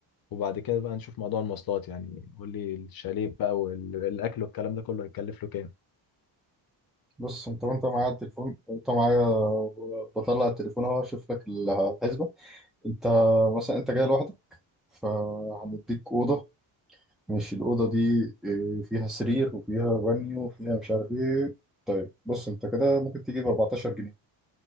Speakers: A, on the left (about 50°); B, in the centre.
A: وبعد كده بقى نشوف موضوع المواصلات يعني قول لي الشاليه بقى والاكل والكلام ده كله هيكلف له كام
B: بص أنت وأنت معايا التليفون أنت معايا بطلع التليفون أهو أشوف لك الحسبة أنت مثلا أنت جاي لوحدك فهنديك أوضة ماشي الأوضة دي آه، فيها سرير وفيها بانيو وفيها مش عارف إيه طيب بص أنت كده ممكن تجيب 14 جنيه